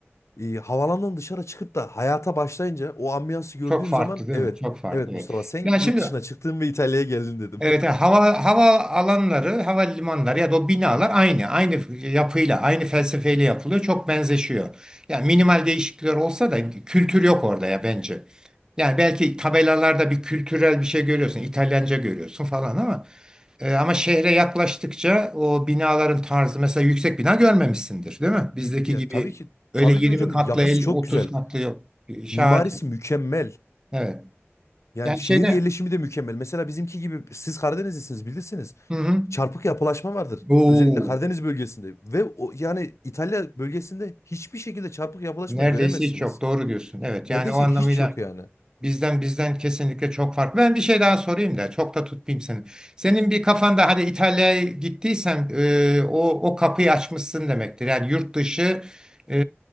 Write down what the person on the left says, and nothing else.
e, havalandan dışarı çıkıp da hayata başlayınca o ambiyansı gördüğüm
zaman
evet
evet
Mustafa sen
yurt
dışına çıktın ve İtalya'ya geldin dedim.
<laughs>
İ- Ya
tabii ki
tabii
ki hocam
yapısı
çok
güzel.
Mimarisi mükemmel.
Yani
şehir
yerleşimi de mükemmel. Mesela bizimki gibi siz Karadenizlisiniz bilirsiniz.
çarpık yapılaşma vardır.
Özellikle Karadeniz bölgesinde ve o, yani İtalya bölgesinde hiçbir şekilde çarpık yapılaşma
göremezsiniz.
Neredeyse
hiç yok yani.